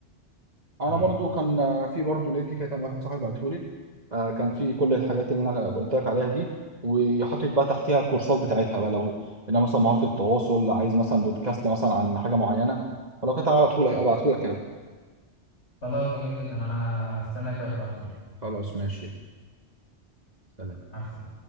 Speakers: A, on the right; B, on the left.
A: انا
B: صحيح
A: برضو كان آه، في برضو لينك كده كان واحد صاحبي بعته لي آه، كان في كل الحاجات اللي انا قلت لك عليها دي وحاطط بقى تحتيها الكورسات بتاعتها بقى لو انا مثلا مهاره التواصل عايز مثلا بودكاست مثلا عن حاجه معينه فلو كنت هبعته لك ابعته لك يعني
B: خلاص جميل جدا انا استناك بقى تبعتهولي
A: خلاص ماشي سلام
B: مع السلامه